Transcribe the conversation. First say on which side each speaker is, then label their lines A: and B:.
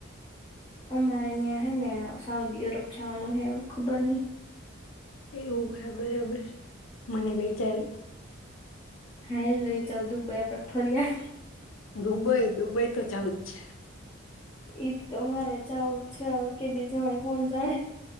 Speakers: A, on the left; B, on the left.
A: અમારે ન્યા હે ને સાઉદી અરબ જાવાનું હે, હવ ખબર નહી
B: એવું હે બરાબર. મને લઈ જાય.
A: હાઈલ લઈ જાઉ દુંબઈ આપણે ફરી આવી.
B: દુબઈ-દુબઈ તો જાવું જ છે.
A: ઈ તો મારે જાવું જ છે હવે કેદી જવાય કોણ જાણે.